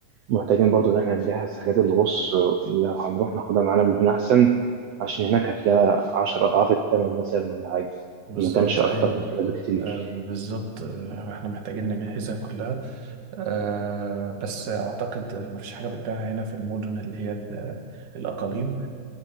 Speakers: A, on the right; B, on the right.
A: محتاجين برضو إن إحنا نجهز حاجات الغوص لو هنروح ناخدها معانا من هنا أحسن عشان هناك هتلاقي عشر أضعاف التمن مثلا ولا حاجة
B: بالظبط
A: ما كانش أكتر
B: أيوه
A: من كده بكتير
B: آه، بالظبط آه، احنا محتاجين نجهزها كلها آه، بس أعتقد ما فيش حاجة بتباع هنا في المدن اللي هي ال- الأقاليم